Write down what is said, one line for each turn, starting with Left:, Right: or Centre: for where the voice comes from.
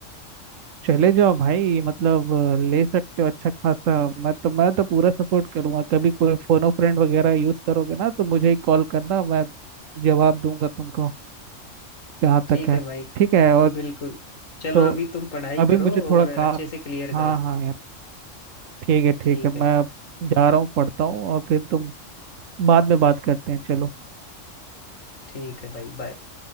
Right: चले जाओ भाई मतलब अ, ले सकते हो अच्छा खासा मैं तो मैं तो पूरा सपोर्ट करूंगा कभी कोई फोनो फ्रेंड वगैरह यूज करोगे ना तो मुझे ही कॉल करना मैं जवाब दूंगा तुमको जहाँ
Left: ठीक
Right: तक है
Left: है भाई
Right: ठीक है और
Left: बिल्कुल चलो
Right: तो
Left: अभी तुम पढ़ाई
Right: अभी
Left: करो
Right: मुझे
Left: और
Right: थोड़ा
Left: अच्छे
Right: काम
Left: से क्लियर
Right: हाँ
Left: करो
Right: हाँ यार ठीक है ठीक
Left: ठीक
Right: है
Left: है
Right: मैं जा रहा हूँ पढ़ता हूँ और फिर तुम बाद में बात करते हैं चलो
Left: ठीक है भाई बाय